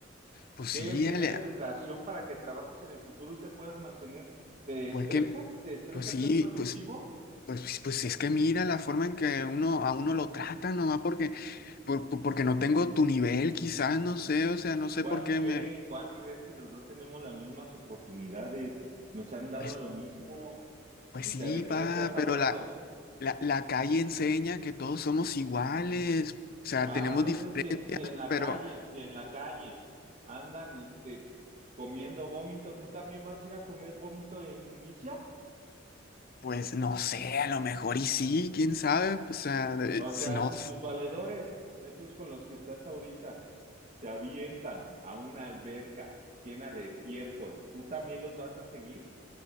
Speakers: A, on the left; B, on the right.
A: Pues sí,
B: que el tener
A: Ale,
B: educación para que trabajes en el futuro y te puedas mantener? ¿Te
A: pues
B: estresa?
A: que,
B: ¿Te estresa
A: pues sí,
B: ser productivo?
A: pues Pues, pues es que mira la forma en que uno, a uno lo tratan nomás porque, por- por- porque no tengo tu nivel, quizás, no sé, o sea, no sé
B: ¿Cuál
A: por qué
B: nivel?
A: me...
B: ¿Cuál nivel si los dos tenemos las mismas oportunidades? Nos han dado
A: Pues,
B: lo mismo.
A: pues
B: O
A: sí,
B: sea, ¿de
A: pa
B: qué me estás hablando?
A: pero la, la, la calle enseña que todos somos iguales, o sea,
B: Ah,
A: tenemos
B: entonces
A: diferentes,
B: si, si en la
A: pero
B: calle, si en la calle andan este comiendo vómito, ¿tú también vas a ir a comer vómito e inmundicia?
A: pues no sé, a lo mejor y sí, quién sabe, o sea, de-
B: O
A: s-
B: sea,
A: no,
B: si
A: s-
B: tus valedores, esos con los que estás ahorita, se avientan a una alberca llena de estiércol, ¿tú también los vas a seguir?